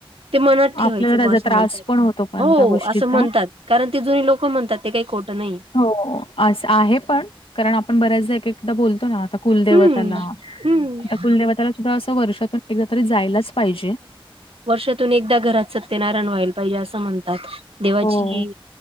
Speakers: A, on the right; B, on the left.
A: ते मनात ठेवायचं
B: आपल्याला त्याचा
A: बुआ असं
B: त्रास
A: म्हणतात
B: पण होतो पण
A: हो
B: त्या गोष्टीचा.
A: असं म्हणतात. कारण ते जुने लोक म्हणतात ते काही खोटं नाही.
B: हो अस आहे पण कारण आपण बऱ्याचदा एक एकदा बोलतो ना आता कुलदेवताला
A: हम्म हम्म
B: त्या कुलदेवताला सुद्धा अस वर्षातून एकदा तरी जायलाच पाहिजे.
A: वर्षातून एकदा घरात सत्यनारायण व्हायला पाहिजे असं म्हणतात देवाची
B: हो.